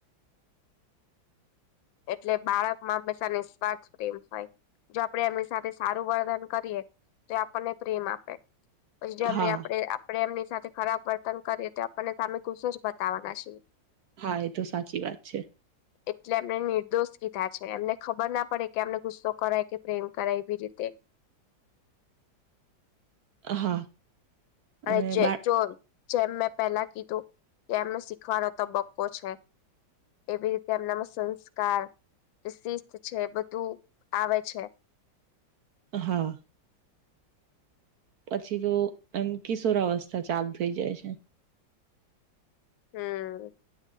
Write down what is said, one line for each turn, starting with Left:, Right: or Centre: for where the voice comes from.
Left: એટલે બાળક માંં બશાને નિસ્વાર્થ પ્રેમ હોય. જો આપડે એમની સાથે સારું વર્દન કરીએ તો આપણને પ્રેમ આપે. પછી એમને
Right: હા
Left: આપે આપડે એમને સાથે ખરાબ વર્તન કરીએ તો આપણને સામે ગુસ્સો જ બતાવવાના છીએ.
Right: હા એ તો સાચી વાત છે.
Left: એટલે એમને નિર્દોષ કીધા છે એમને ખબર ના પડે કે અમને ગુસ્સો કરાય કે પ્રેમ કરાય એવી રીતે
Right: હા અને
Left: અરે છે
Right: બા
Left: ચોર જેમ મેં પહેલા કીધું કેમ શીખવાનો તબક્કો છે. એવી રીતે એમનામાં સંસ્કાર શિસ્ત છે બધું આવે છે.
Right: હા પછી તો એમ કિશોર અવસ્થા ચાલુ થઈ જાય છે.
Left: હમ્મ.